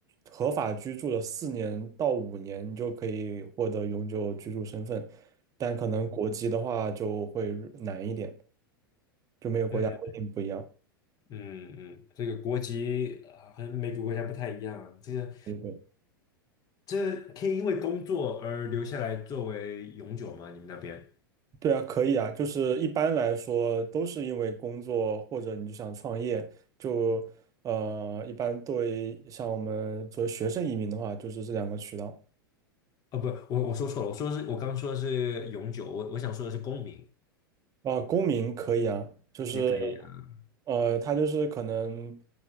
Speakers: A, on the right (about 30°); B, on the left (about 30°).
A: 合法居住了四年到五年，你就可以获得永久居住身份，但可能国籍的话就会难一点，就每个国家规定不一样。
B: 嗯嗯嗯，这个国籍啊，和美国国家不太一样。这个
A: 对对。
B: 这可以因为工作而留下来作为永久吗？你们那边？
A: 对啊，可以啊，就是一般来说都是因为工作或者你就想创业，就呃，一般对，像我们作为学生移民的话，就是这两个渠道。
B: 哦，不，我我说错了，我说是我刚说的是永久，我我想说的是公民
A: 啊，公民可以啊，就是
B: 也可以。嗯
A: 呃，他就是可能